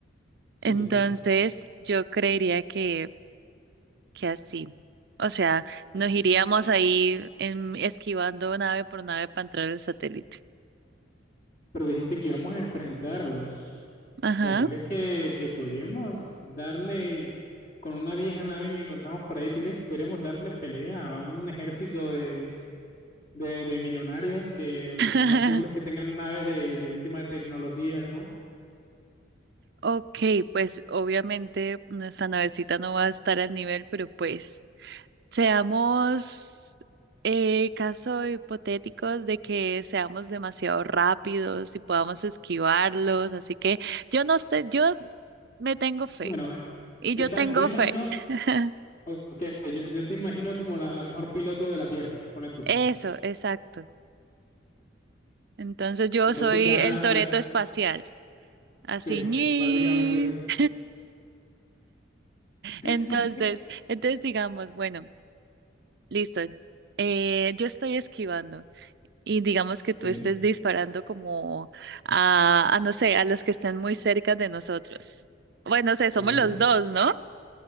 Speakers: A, on the left; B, on the right.
A: Sí,
B: Entonces,
A: total.
B: yo creería que que así. O sea, nos
A: Es-
B: iríamos ahí en- esquivando nave por nave para entrar al satélite.
A: Pero dijiste que íbamos a enfrentarlos.
B: Ajá.
A: O sea, ¿tú crees que, que podríamos darle con una vieja nave que encontramos por ahí? ¿Tú crees que podríamos darle pelea a un ejército de de, de millonarios que
B: <laughs>
A: lo más seguro es que tengan naves de, de última tecnología, ¿no?
B: Ok, pues obviamente nuestra navecita no va a estar al nivel, pero pues seamos eh, caso hipotéticos de que seamos demasiado rápidos y podamos esquivarlos, así que yo no estoy, yo me tengo fe
A: Bueno,
B: y
A: esta,
B: yo tengo
A: yo imagino,
B: fe. <laughs>
A: ok, yo, yo te imagino como la, la mejor piloto de la Tierra, ponle tú.
B: Eso, exacto. Entonces yo
A: Entonces
B: soy
A: ya,
B: el Toreto
A: ya,
B: espacial. Así,
A: sí,
B: ñi.
A: básicamente sí.
B: <laughs>
A: <laughs>
B: Entonces, entonces digamos, bueno, listo. eh, yo estoy esquivando y digamos que tú
A: Sí,
B: estés disparando como a, a, no sé, a los que estén muy cerca de nosotros. Bueno, o sea, somos
A: sí,
B: los dos, ¿no?